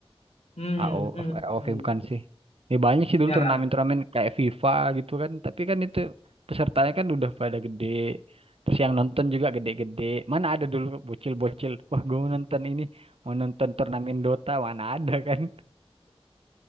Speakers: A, on the left (about 85°); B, on the right (about 65°).
A: Hmm,
B: AO
A: hmm,
B: of
A: hmm.
B: AOV
A: hmm.
B: bukan sih. Ya banyak sih
A: Ya.
B: dulu turnamen-turnamen kayak FIFA gitu kan, tapi kan itu pesertanya kan udah pada gede. Terus yang nonton juga gede-gede. Mana ada dulu bocil-bocil, wah gue mau nonton ini, mau nonton turnamen Dota, mana ada kan.